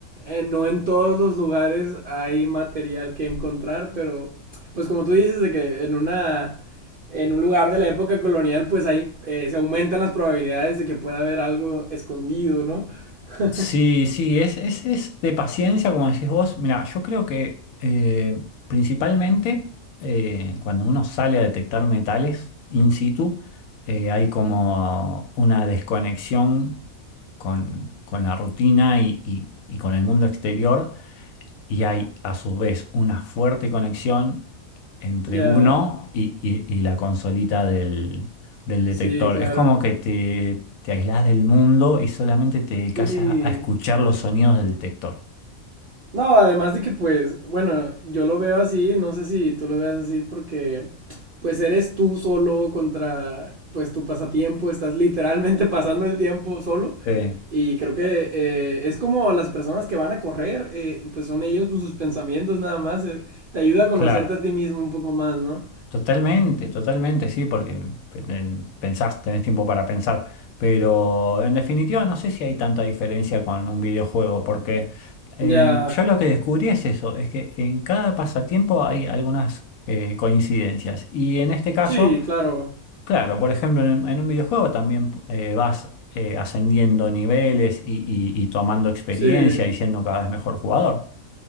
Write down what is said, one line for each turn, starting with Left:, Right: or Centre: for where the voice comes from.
Right: eh, no en todos los lugares hay material que encontrar, pero pues como tú dices de que en una en un lugar de la época colonial, pues ahí eh, se aumentan las probabilidades de que pueda haber algo escondido, ¿no? <laughs>
Left: Sí, sí, es, es, es de paciencia, como decís vos. Mira, yo creo que eh, principalmente eh, cuando uno sale a detectar metales in situ, eh, hay como una desconexión con, con la rutina y, y- y con el mundo exterior y hay a su vez una fuerte conexión entre
Right: Ya.
Left: uno y, y- y la consolita del, del detector.
Right: Sí, claro.
Left: Es como que te, te aislás del mundo y solamente te dedicas
Right: Sí.
Left: a, a escuchar los sonidos del detector.
Right: No, además de que pues, bueno, yo lo veo así, no sé si tú lo veas así porque pues eres tú solo contra pues tu pasatiempo, estás literalmente <laughs> pasando el tiempo solo
Left: Sí,
Right: y creo que eh, es como las personas que van a correr, eh, pues son ellos con sus pensamientos nada más, eh, te ayuda a conocerte
Left: claro.
Right: a ti mismo un poco más, ¿no?
Left: Totalmente, totalmente, sí, porque eh, pensás, tenés tiempo para pensar, pero en definitiva no sé si hay tanta diferencia con un videojuego, porque eh,
Right: Ya,
Left: yo lo que descubrí es eso, es que en cada pasatiempo hay algunas eh, coincidencias, y en este caso,
Right: sí, claro,
Left: claro, por ejemplo, en, en un videojuego también eh, vas eh, ascendiendo niveles y, y- y tomando experiencia
Right: sí.
Left: y siendo cada vez mejor jugador.